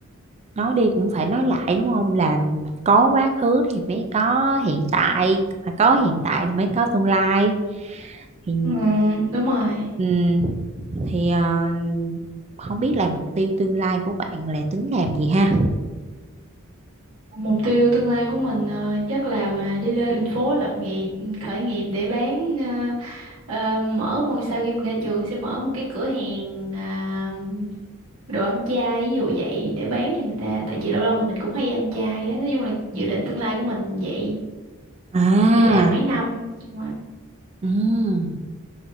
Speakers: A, on the right; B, on the right.
A: nói đi cũng phải nói lại đúng không là có quá khứ thì mới có hiện tại mà có hiện tại thì mới có tương lai thì
B: Ừ, đúng rồi.
A: ừm, thì ờ, không biết là mục tiêu tương lai của bạn là tính làm gì ha
B: Mục tiêu tương lai của mình ờ, chắc là mà đi lên thành phố lập nghiệp, ừ, khởi nghiệp để bán ờ, ờ, mở một sau khi mình ra trường sẽ mở một cái cửa hàng à, đồ ăn chay ví dụ vậy để bán cho người ta. Tại vì lâu lâu thì mình cũng hay ăn chay á, nói chung là dự định tương lai của mình vậy.
A: à
B: Đi làm mấy năm xong rồi
A: ừm,